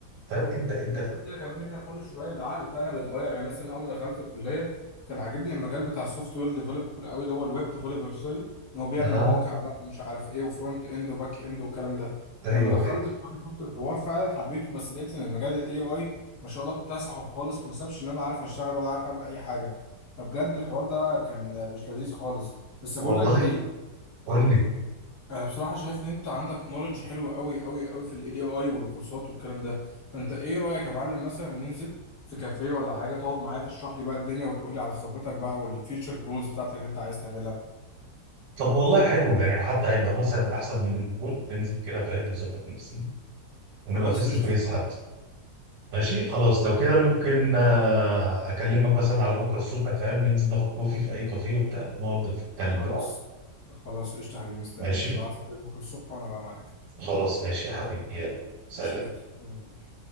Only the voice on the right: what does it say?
فاهم انت انت
اها
ايوه
ايوه
والله
قول لي
طب والله حلو يعني حتى هيبقى مثلا احسن من البول ننزل كده فاهم نظبط نفسي ونبقى
فيس
تو فيس
حتى ماشي خلاص لو كده ممكن آه، اكلمك مثلا على بكره الصبح فاهم ننزل ناخد كوفي في اي كافيه وبتاع نقعد في الكلب
ماشي
خلاص ماشي يا حبيبي يلا سلام